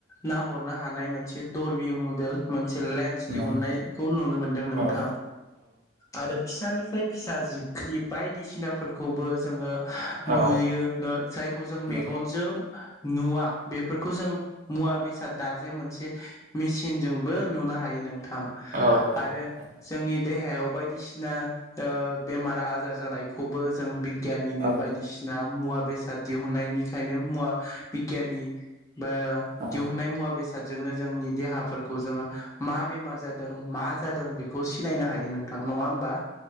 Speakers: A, on the left (about 15°); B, on the right (about 40°).
A: नाहरनो हानाय मोनसे दरबिं मडेल मोनसे
B: नंगौ
A: दिहुननायखौ नुनो मोनदों नोंथां।
B: औ
A: आरो फिसानिफ्राय फिसा जिबख्रि बायदिसिनाफोरखौबो जोङो
B: औ
A: नुयो ङो जायखौ जों
B: औ
A: मेगनजों नुवा बेफोरखौ जों मुवा बेसे दा जे मोनसे मेसिनजोंबो नुनो हायो नों। थां
B: औ नंगौ
A: आरो जोंनि देहायाव बायदिसिना ओ बेमार आजार जानायखौबो जों गियाननिनो
B: औ
A: बायदिसिना- मुवा बेसाद दिहुननायनिखायनो मुवा बिगियानि बोआ
B: औ
A: दिहुननाय मुवा बेस जोंनो जोंनि देहाफोरखौ जोङो मा। बेमार जादों मा जादों। बेखौ सिनायनो हायो नोंथां नङा होमबा?